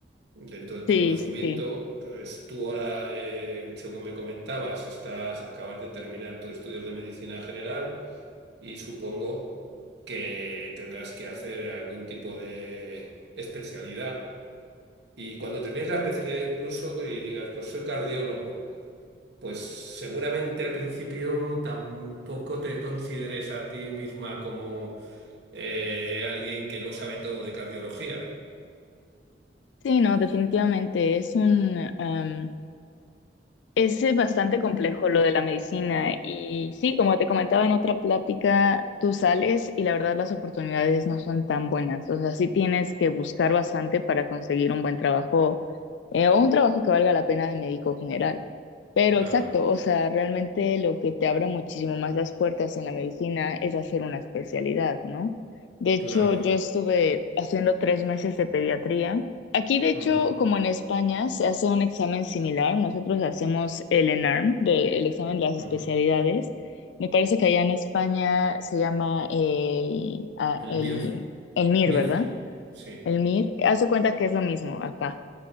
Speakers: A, on the right (about 75°); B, on the left (about 80°).
A: Dentro de tu
B: Sí,
A: conocimiento,
B: sí, sí.
A: pues tú ahora, eh, según me comentabas, estás, acabas de terminar tus estudios de medicina general y supongo que tendrás que hacer algún tipo de especialidad. Y cuando termines la especialidad incluso y digas, pues soy cardiólogo, pues seguramente al principio tampoco te consideres a ti misma como eh, alguien que lo sabe todo de cardiología.
B: Sí, no, definitivamente es un, em, Es eh, bastante complejo lo de la medicina y sí, como te comentaba en otra plática, tú sales y la verdad las oportunidades no son tan buenas. O sea, sí tienes que buscar bastante para conseguir un buen trabajo eh, o un trabajo que valga la pena de médico general. Pero
A: Claro,
B: exacto, o sea, realmente lo que te abre muchísimo más las puertas en la medicina es hacer una especialidad, ¿no? De hecho,
A: claro.
B: yo estuve haciendo tres meses de pediatría. Aquí, de hecho,
A: Ujú,
B: como en España, se hace un examen similar. Nosotros hacemos el ENARM, de- el examen de las especialidades.
A: ujú.
B: Me parece que allá en España se llama el, ah,
A: El
B: el,
A: MIR,
B: el MIR,
A: MIR.
B: ¿verdad?
A: Sí,
B: El MIR. Hace cuenta que es lo mismo acá,